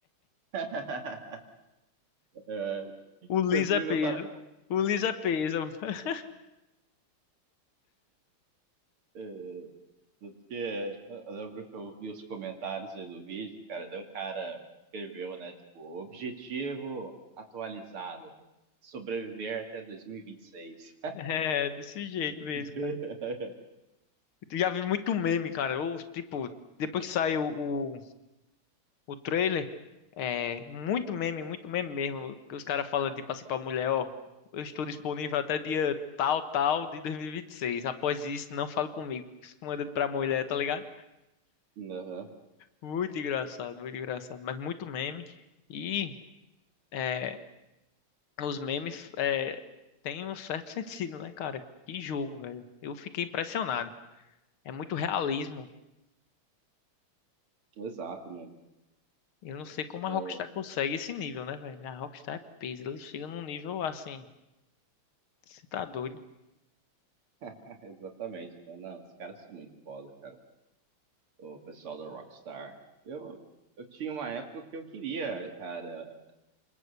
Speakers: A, on the right (about 85°); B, on the left (about 75°).
A: <laughs> É,
B: O liso
A: inclusive,
B: é peso.
A: eu tava.
B: O liso é peso. <laughs>
A: É, tanto que eu lembro que eu vi os comentários aí do vídeo, cara. Daí um cara escreveu, né? Tipo, objetivo atualizado: sobreviver até 2026.
B: É, desse jeito
A: <laughs>
B: mesmo, cara. Eu já vi muito meme, cara. Eu, tipo, depois que saiu o o trailer, é muito meme, muito meme mesmo. Que os caras falam tipo assim pra mulher, ó, eu estou disponível até dia tal, tal de 2026. Após isso, não fale comigo. Isso Manda pra mulher, tá ligado?
A: Aham,
B: Muito engraçado, muito engraçado. Mas muito meme. E é, os memes é, têm um certo <laughs> sentido, né, cara? Que jogo, velho. Eu fiquei impressionado. É muito realismo.
A: Exato,
B: Eu não sei como
A: Eu...
B: a Rockstar consegue esse nível, né, velho? A Rockstar é peso. Ele chega num nível assim. Você tá doido?
A: <laughs> Exatamente. Falei, Não, os caras são muito foda, cara. O pessoal da Rockstar. Eu, eu tinha uma época que eu queria, cara.